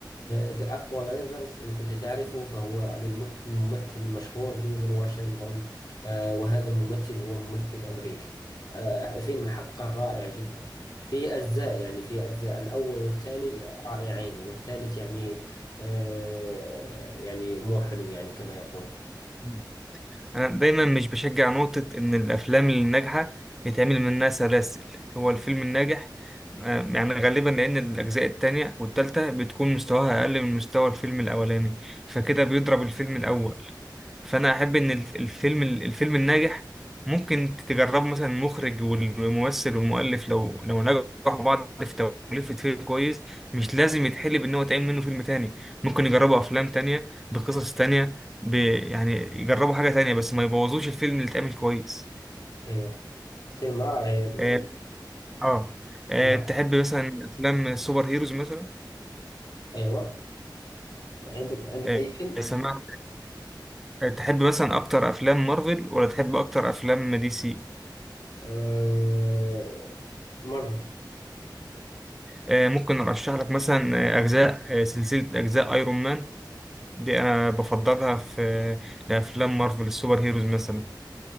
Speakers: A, on the left (about 60°); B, in the centre.
A: ذا Equalizers إن كنت تعرفه فهو للممثل المشهور دينزل واشنطن آه، وهذا الممثل هو ممثل أمريكي آه، فيلم حقا رائع جدا فيه أجزاء يعني فيه أجزاء الأول والثاني رائعين والثالث يعني آه، يعني مو حلو يعني كما يقولون
B: مم. أنا دايما مش بشجع نقطة إن الأفلام الناجحة يتعمل منها سلاسل هو الفيلم الناجح آه، يعني غالبا لأن الأجزاء التانية والتالتة بتكون مستواها أقل من مستوى الفيلم الأولاني فكده بيضرب الفيلم الأول فأنا أحب إن الف- الفيلم الفيلم الناجح ممكن تجربه مثلا المخرج والممثل والمؤلف لو لو نجحوا بعض في توليفة فيلم كويس مش لازم يتحلب إن هو يتعمل منه فيلم تاني ممكن يجربوا أفلام تانية بقصص تانية ب... يعني يجربوا حاجة تانية بس ما يبوظوش الفيلم اللي اتعمل كويس
A: ايوه فيلم رائع ب-
B: اه آه. آه،
A: نعم
B: تحب مثلا افلام السوبر هيروز مثلا
A: ايوه عندك عندك
B: آه،
A: اي فيلم
B: سمعت آه، تحب مثلا اكتر افلام مارفل ولا تحب اكتر افلام دي سي
A: آه... مري
B: آه، ممكن ارشح لك مثلا آه، اجزاء آه، سلسلة اجزاء ايرون مان دي انا بفضلها في آه، لافلام مارفل السوبر هيروز مثلا